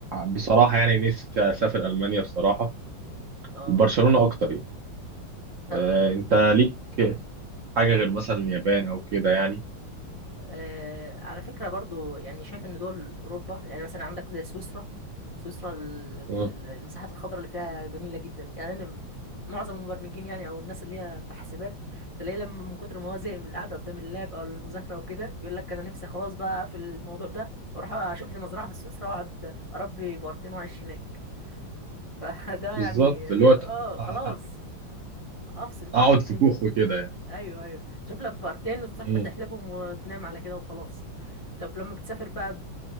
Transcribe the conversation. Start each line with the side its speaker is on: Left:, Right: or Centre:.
Right: بصراحة يعني نفسي اسافر المانيا بصراحة
Left: اه
Right: وبرشلونة اكتر يعني
Left: طب
Right: آه، انت ليك حاجة
Left: ايوه
Right: غير مثلا اليابان او كده يعني
Left: آه على فكرة برضو يعني شايف ان دول اوروبا يعني مثلا عندك زي سويسرا سويسرا ال-
Right: آه،
Left: ال- المساحات الخضراء اللي فيها جميلة جدا يعني أنا معظم المبرمجين يعني او الناس اللي هي بتوع حسابات تلاقيه لما من كتر ما هو زهق من القعدة قدام اللاب او المذاكرة وكده يقول لك انا نفسي خلاص بقى اقفل الموضوع ده واروح اشوف لي مزرعة في سويسرا واقعد اربي بقرتين واعيش هناك <laughs> فده
Right: بالظبط
Left: يعني
Right: اللي
Left: <laughs>
Right: هو ت-
Left: اه
Right: أ-
Left: خلاص
Right: أ-
Left: افصل بقى
Right: اقعد
Left: عن الدنيا
Right: في كوخ وكده يعني.
Left: ايوه ايوه شوف لك بقرتين والصبح
Right: مم.
Left: تحلبهم وتنام على كده وخلاص طب لما بتسافر بقى ب...